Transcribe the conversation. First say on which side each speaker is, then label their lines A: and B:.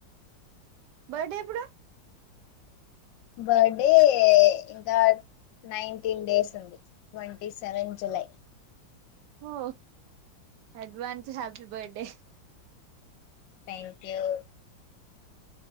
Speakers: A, on the right (about 70°); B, on the left (about 75°).
A: బర్త్డే ఎప్పుడు?
B: బర్త్డే ఇంకా నైన్టీన్ డేస్ ఉంది. Twenty seven July.
A: ఓ advance happy birthday
B: thank you